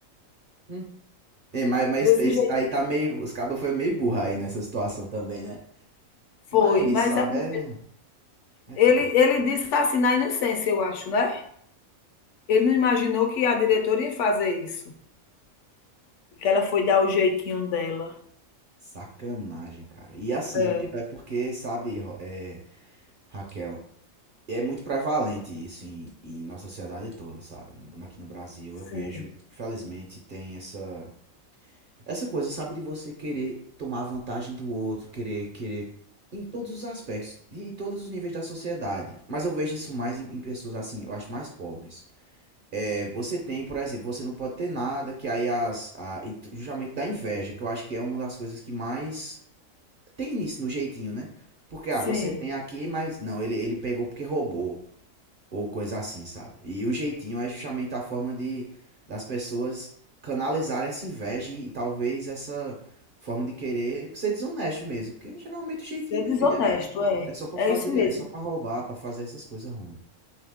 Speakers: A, on the right (about 55°); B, on the left (about 70°).
A: Hum. É, mas, mas
B: Desse
A: tá, esse
B: jeito
A: tá aí tá meio. Os cabos foi meio burro aí nessa situação também, né? Mas,
B: foi, mas
A: sabe,
B: é porque
A: é, é
B: ele,
A: triste.
B: ele disse assim na inocência, eu acho, né? Ele não imaginou que a diretora ia fazer isso. Que ela foi dar o jeitinho dela.
A: Sacanagem, cara. E assim,
B: É,
A: o pior é porque, sabe, Ro- é, Raquel, é muito prevalente isso em, em nossa sociedade toda, sabe? No- aqui no Brasil,
B: sim,
A: eu vejo, infelizmente, tem essa, essa coisa, sabe, de você querer tomar vantagem do outro, querer, querer. Em todos os aspectos, e em todos os níveis da sociedade. Mas eu vejo isso mais em em pessoas assim, eu acho mais pobres. É, você tem, por exemplo, você não pode ter nada, que aí as, a, e t- justamente da inveja, que eu acho que é uma das coisas que mais tem início no jeitinho, né? Porque,
B: sim.
A: ah, você tem aqui, mas não, ele, ele pegou porque roubou, ou coisa assim, sabe? E o jeitinho é justamente a forma de das pessoas canalizarem essa inveja e, talvez essa forma de querer ser desonesto mesmo, porque geralmente o jeitinho,
B: Ser
A: minha
B: desonesto,
A: filha,
B: é.
A: é só pra
B: É
A: fazer,
B: isso mesmo.
A: é só pra roubar, pra fazer essas coisas ruins.